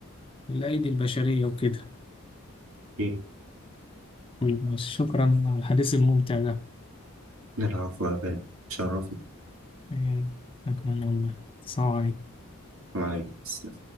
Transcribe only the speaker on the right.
اكيد
نلعب بقى تشرفني
وعليكم السلام